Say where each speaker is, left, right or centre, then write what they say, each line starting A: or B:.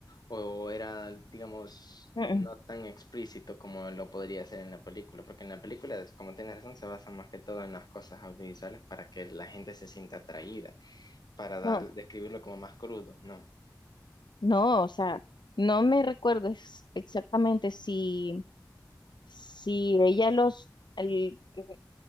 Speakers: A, on the left; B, on the left.
A: o era, digamos,
B: mm, mm,
A: no tan explícito como lo podría ser en la película, porque en la película, como tienes razón, se basa más que todo en las cosas audiovisuales para que la gente se sienta atraída, para dar,
B: no,
A: describirlo como más crudo, ¿no?
B: No, o sea, no me recuerdo ex- exactamente si, si ella los el- eh,